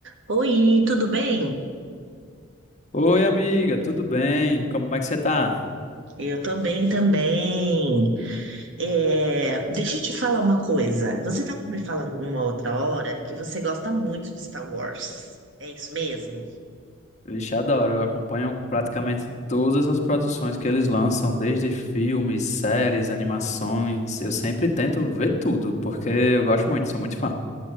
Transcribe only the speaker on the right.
Oi, tudo bem?
Eu tô bem também. É, deixa eu te falar uma coisa. Você estava me falando numa outra hora que você gosta muito de Star Wars. É isso mesmo?